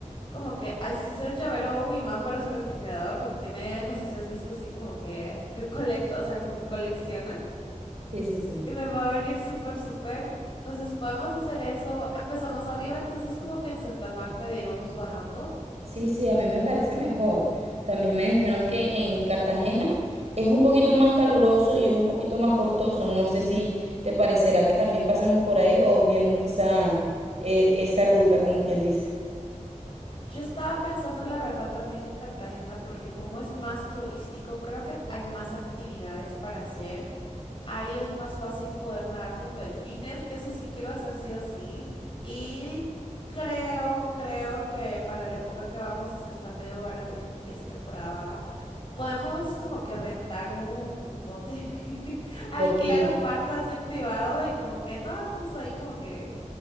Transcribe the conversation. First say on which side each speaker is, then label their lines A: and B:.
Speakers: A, on the left (about 40°); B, on the right (about 55°).
A: Como que, ay, sí, sea un llavero o un imán para su refrigerador, porque tiene, no sé si has visto así como que recolecta, o sea, como que coleccionan.
B: Sí, sí, sí.
A: Y me va a venir súper, súper. Entonces podemos hacer eso. Empezamos arriba, entonces como que en Santa Marta y de ahí vamos bajando.
B: Sí, sí, a mí me parece mejor. También me dijeron que en Cartagena es un poquito más caluroso y es un poquito más costoso.
A: Hmm.
B: No sé si te parecerá que también pasemos por ahí o viemos esa, eh, esa ruta, como quien dice.
A: Yo estaba pensando la verdad también en Cartagena, porque como es más turístico, creo que hay más actividades para hacer. Ahí es más fácil poder nadar con delfines, que eso sí quiero hacer sí o sí. Y creo, creo que para la época que vamos, es que está medio barato y es, es temporada baja, podemos como que rentar un, un bote, <laughs>
B: Yo
A: alquilar
B: pienso.
A: un barco así privado y como que no, estamos ahí como que,